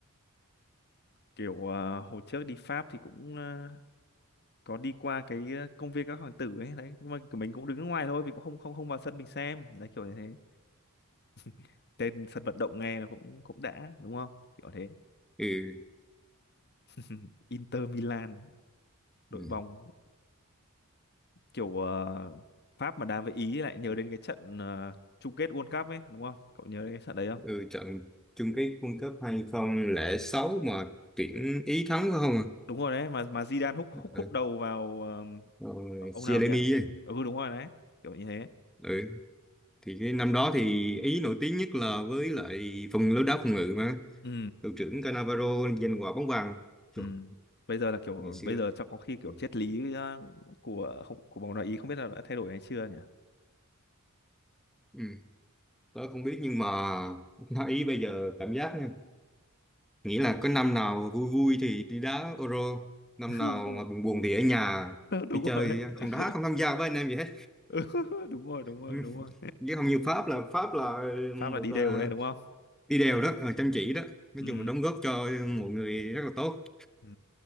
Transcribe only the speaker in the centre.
ừ,
ừ,
ừ, trận chung kết World Cup 2006 mà tuyển Ý thắng phải không? à?
Ừ,
rồi
Chiellini
ấy.
Ừ, thì cái năm đó thì Ý nổi tiếng nhất là với lại phần lối đá phòng ngự mà.
đội trưởng Cannavaro giành quả bóng vàng Trời,
ngày xưa
ừ.
Ừ. tớ không biết nhưng mà <laughs> bóng Ý bây giờ cảm giác nha nghĩ là có năm nào vui vui thì đi đá Euro năm
nào mà buồn buồn thì ở nhà
đi chơi
không đá không tham gia với anh em gì hết
<laughs>
chứ không như Pháp là Pháp là
một
ờ,
đi đều đó ờ, chăm chỉ đó nói
chung là đóng góp cho mọi người rất là tốt